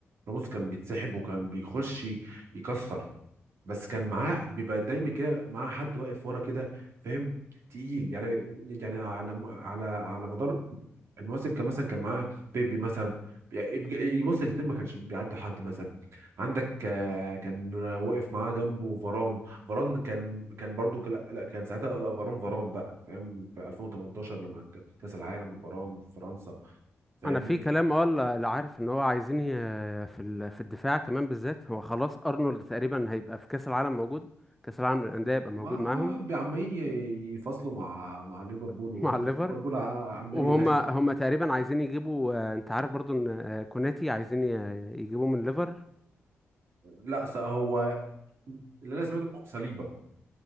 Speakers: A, on the right (about 65°); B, in the centre.
A: راموس كان بيتسحب وكان بيخش يكسر بس كان معاه بيبقى دايما كده معاه حد واقف ورا كده فاهم تقيل يعني يعني على على على مدار المواسم كان مثلا كان معاه بيبي مثلا يعني يبص الاتنين ما كانش بيعدوا حد مثلا عندك آه، كان واقف معاه جنبه فاران فاران كان كان برضو كان لا لا، كان ساعتها لا، فاران فاران بقى فاهم في 2018 لما ك- كأس العالم فاران في فرنسا فاهمني
B: انا في كلام اه اللي عارف ان هو عايزين ي- في ال- في الدفاع كمان بالذات هو خلاص ارنولد تقريبا هيبقى في كاس العالم موجود كاس العالم للانديه هيبقى موجود
A: ما
B: معاهم
A: عمالين ي- يفصلوا مع مع ليفربول
B: <laughs>
A: وليفربول
B: مع الليفر
A: <laughs> ع- عمال
B: وهم
A: يرخم
B: هم تقريبا عايزين يجيبوا آه، انت عارف برضو ان آه، كوناتي عايزين ي- يجيبوه من الليفر
A: لا س- هو اللي انا سمعته صليبه